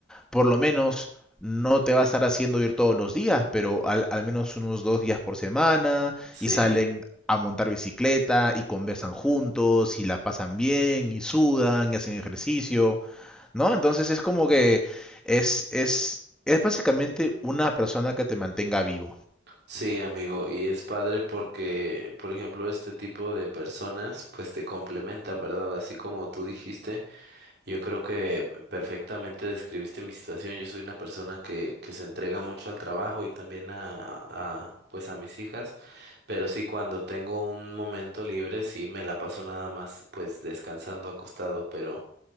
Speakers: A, in the centre; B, on the right (about 55°).
A: por lo menos no te va a estar haciendo ir todos los días, pero al, al menos unos dos días por semana
B: Sí.
A: y salen a montar bicicleta y conversan juntos y la pasan bien y sudan y hacen ejercicio, ¿no? Entonces es como que es, es, es básicamente una persona que te mantenga vivo.
B: Sí, amigo, y es padre porque, por ejemplo, este tipo de personas, pues te complementan, ¿verdad? Así como tú dijiste. Yo creo que perfectamente describiste mi situación. Yo soy una persona que, que se entrega mucho al trabajo y también a, a, pues a mis hijas, pero sí cuando tengo un momento libre, sí me la paso nada más pues descansando acostado, pero